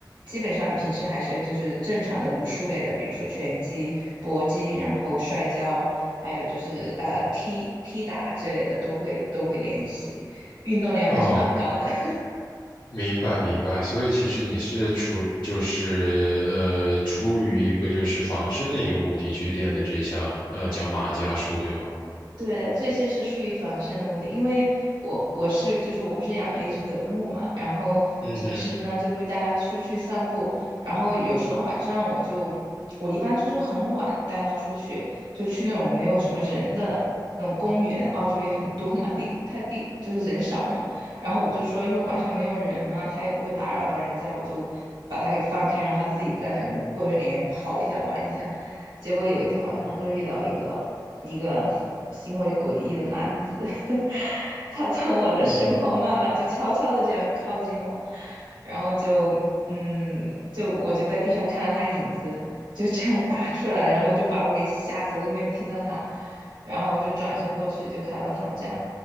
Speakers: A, on the right; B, on the left.
A: 基本上你平时还是就是正常的武术类的，比如说拳击、搏击，然后摔跤，还有就是呃踢踢打之类的都会都会练习，运动量还是蛮高的。
B: 哦，
A: <laughs>
B: 明白明白。所以其实你是出于就是呃出于一个就是防身的一个目的去练的这项呃叫马伽术，对吗？
A: 对，最先是出于防身的目的，因为我我是就是我不是养了一只德牧嘛，然后平时呢就会带它出去散步，
B: 嗯哼。
A: 然后有时候晚上我就我一般就是很晚带它出去，就去那种没有什么人的那种公园，澳洲也很多嘛，地它地就是人少嘛，然后我就说因为晚上没有人嘛，它也不会打扰到人家，我就把它给放开，让它自己在那个公园里面跑一下玩一下。结果有一天晚上就遇到一个一个行为诡异的男子，<laughs> 他从我的身后慢慢就悄悄的这样靠近我，
B: 嗯哼。
A: 然后就嗯，就我就在地上看到他影子就这样打出来，然后就把我给吓死，我都没有听到他，然后就转身过去就看到他这样，